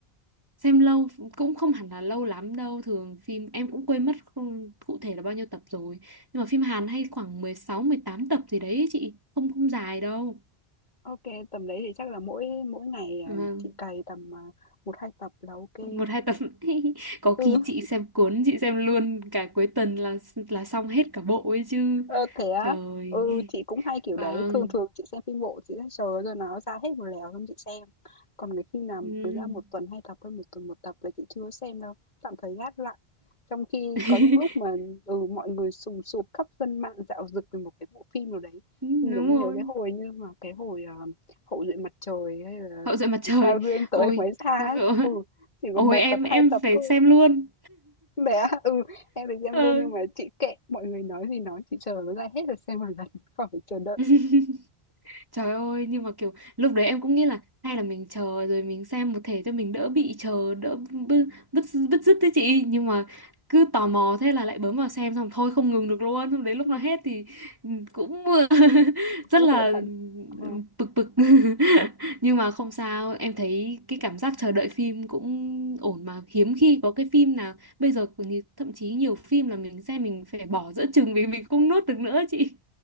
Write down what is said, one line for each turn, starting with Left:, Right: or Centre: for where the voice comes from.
Right: xem lâu cũng không hẳn là lâu lắm đâu thường phim em cũng quên mất không, cụ thể là bao nhiêu tập rồi nhưng mà phim Hàn hay khoảng mười sáu mười tám tập gì đấy ấy chị không không dài đâu
Left: Ok, tầm đấy thì chắc là mỗi mỗi ngày à,
Right: Vâng,
Left: chị cày tầm à, một hai tập là ok.
Right: một hai tập <laughs> có khi
Left: Ừ.
Right: chị xem cuốn chị xem luôn cả cuối tuần là là xong hết cả bộ ấy chứ
Left: Ơ, thế á?
Right: trời
Left: Ừ, chị cũng hay kiểu
Right: vâng
Left: đấy, thường thường chị xem phim bộ chị sẽ chờ rồi nó ra hết một lèo xong chị xem. Còn cái phim nào
Right: ừ.
Left: mà cứ ra một tuần hai tập hay một tuần một tập là chị chưa xem đâu, tạm thời gác lại. Trong khi
Right: <laughs>
Left: có những lúc mà ừ, mọi người sùng sục khắp dân mạng dạo dực về một cái bộ phim nào đấy.
Right: đúng
Left: Mình Giống
Right: rồi
Left: nhớ cái hồi như mà cái hồi ờ, Hậu duệ mặt trời hay là
Right: Hậu duệ mặt trời
Left: sao duyên tới
Right: ôi
Left: mới ra
Right: <laughs>
Left: ấy. Ừ, chỉ
Right: ôi
Left: có một
Right: em
Left: tập
Right: em
Left: hai tập
Right: phải
Left: thôi
Right: xem luôn
Left: bé á? Ừ, em được xem
Right: ờ.
Left: luôn nhưng mà chị kệ, mọi người nói gì nói, chị chờ nó ra hết rồi xem một lần, <laughs> khỏi phải chờ đợi,
Right: <laughs> Trời ơi nhưng mà kiểu lúc đấy em cũng nghĩ là hay là mình chờ rồi mình xem một thể cho mình đỡ bị chờ đỡ bứt bứt bứt rứt thế chị nhưng mà cứ tò mò thế là lại bấm vào xem xong thôi không ngừng được luôn xong đến lúc
Left: <laughs>
Right: nó hết thì ừ, cũng <laughs> rất
Left: cũng
Right: là
Left: muốn
Right: ừ,
Left: hẳn. Ờ,
Right: bực bực <laughs> nhưng mà không sao em thấy cái cảm giác chờ đợi phim cũng ổn mà hiếm khi có cái phim nào bây giờ còn nhiều- thậm chí nhiều phim là mình xem mình phải bỏ giữa chừng vì mình không nuốt được nữa chị